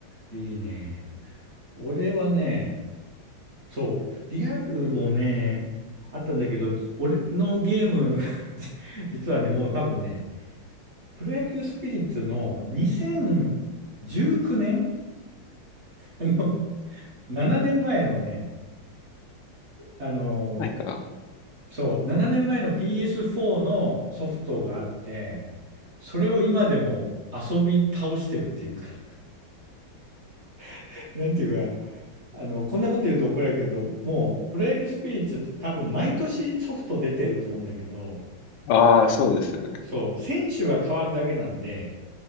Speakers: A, on the right (about 35°); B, on the left (about 80°).
A: ーん、いいね。俺はね、そう。リアルもね、あったんだけど、俺のゲーム <laughs> 実はね、もう多分ね、プロ野球スピリッツの2019年あ <laughs> の、7年前のね、あの、
B: なんか、
A: そう、7年前の PS4 のソフトがあって、それを今でも遊び倒してるっていうか <laughs> なんていうか、あの、こんなこと言うと怒られるけど、もう、プロ野球スピリッツって多分毎年ソフト出てると思うんだけど、
B: ああ、そうですよね。
A: そう、選手が変わるだけなんで、